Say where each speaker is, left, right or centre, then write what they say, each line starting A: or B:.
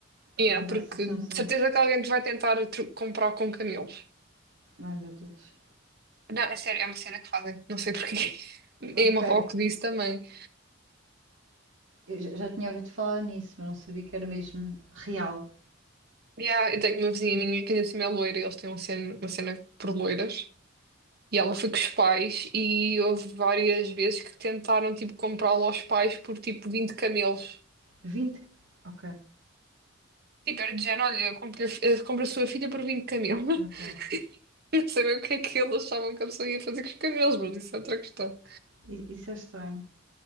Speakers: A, on the right (about 50°); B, on the right (about 70°).
A: Yeah,
B: arranjasse
A: porque
B: assim
A: de
B: uns amigos.
A: certeza que alguém te vai tentar tru- comprar com camelos.
B: Ai, meu Deus.
A: Não, é sério, é uma cena que fazem, não sei porquê. <laughs>
B: Ok.
A: Em Marrocos isso também.
B: Eu já já tinha ouvido falar nisso, mas não sabia que era mesmo real.
A: Yeah, eu tenho uma vizinha minha que ainda assim é loira e eles têm uma cena, uma cena por loiras. E ela foi com os pais e houve várias vezes que tentaram tipo comprá-la aos pais por tipo 20 camelos.
B: vinte Ok,
A: Tipo, era de género, olha, compra a sua filha por 20 camelos.
B: ok.
A: Eu sabia o que é que eles achavam que a pessoa ia fazer com os cabelos, mas isso é outra questão.
B: I- Isso é estranho.